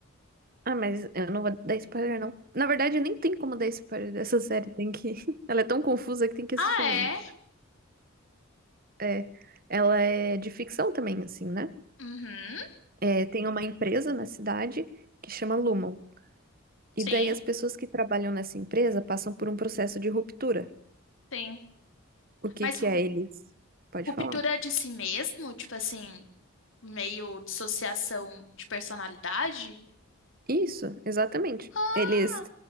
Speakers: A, on the right; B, on the left.
A: Ah, mas eu não vou dar spoiler, não. Na verdade, eu nem tem como dar spoiler dessa <laughs> série. Tem que. <laughs> Ela é tão confusa que tem que assistir
B: Ah,
A: mesmo.
B: é?
A: É. Ela é de ficção também, assim, né?
B: Uhum,
A: É, tem uma empresa na cidade que chama Lumon. E
B: sim,
A: daí as pessoas que trabalham nessa empresa passam por um processo de ruptura.
B: sim.
A: O que
B: Mas
A: que é eles? Pode
B: Ruptura
A: falar.
B: de si mesmo, tipo assim, meio dissociação de personalidade?
A: Isso, exatamente.
B: Ah,
A: Eles